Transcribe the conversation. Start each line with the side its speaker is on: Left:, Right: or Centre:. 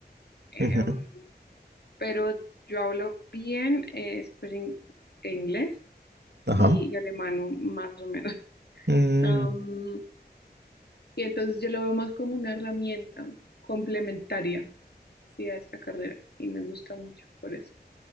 Left: em,
Right: Ujú,
Left: pero yo hablo bien eh, pues, in- inglés.
Right: Ajá.
Left: y, y alemano, más o menos.
Right: Mm,
Left: Am, y entonces yo lo veo más como una herramienta complementaria, sí, a esta carrera y me gusta mucho por eso.